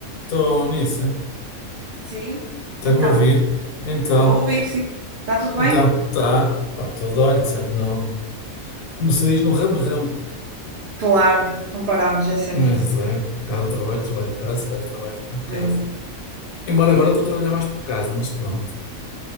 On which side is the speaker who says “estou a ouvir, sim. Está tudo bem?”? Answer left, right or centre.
Right